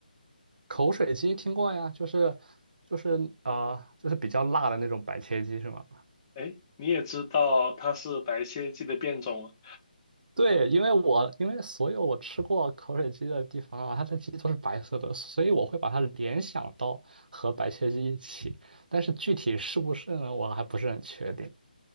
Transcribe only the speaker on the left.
哎，你也知道它是白切鸡的变种了。